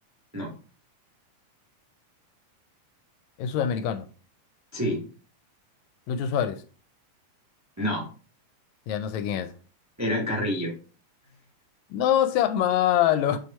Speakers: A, on the right (about 20°); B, on the left (about 80°).
A: No,
B: es sudamericano,
A: sí,
B: Lucho Suárez,
A: no,
B: ya no sé quién es.
A: era Carrillo.
B: No seas malo.